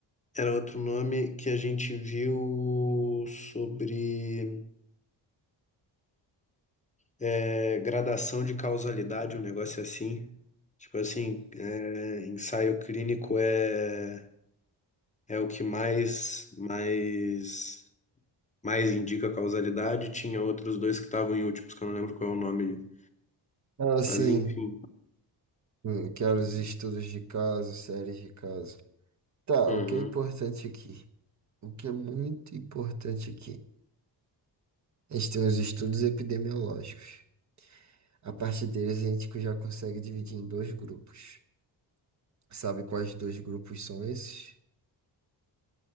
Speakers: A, on the left (about 15°); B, on the right (about 40°).
A: Era outro nome que a gente viu sobre é, gradação de causalidade, um negócio assim. Tipo assim, é, ensaio clínico é, é o que mais, mais, mais indica causalidade. Tinha outros dois que estavam em últimos, que eu não lembro qual é o nome,
B: Ah, sim.
A: mas enfim.
B: Hum, Eu quero os estudos de caso, séries de caso. Tá,
A: Uhum.
B: o que é importante aqui? O que é muito importante aqui? A gente tem os estudos epidemiológicos. A partir deles, a gente já consegue dividir em dois grupos. Sabe quais dois grupos são esses?